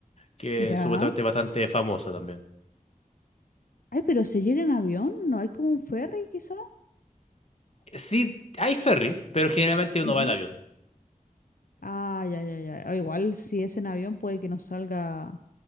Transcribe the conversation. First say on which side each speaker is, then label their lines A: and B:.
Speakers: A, on the left; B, on the left.
A: que
B: Ya.
A: es supuestamente bastante famosa también.
B: Ay, pero se llega en avión, ¿no hay como un ferry quizá.
A: Sí, hay ferry, pero generalmente uno
B: Ujú.
A: va en avión.
B: Ah, ya, ya, ya. Ah, igual si es en avión puede que nos salga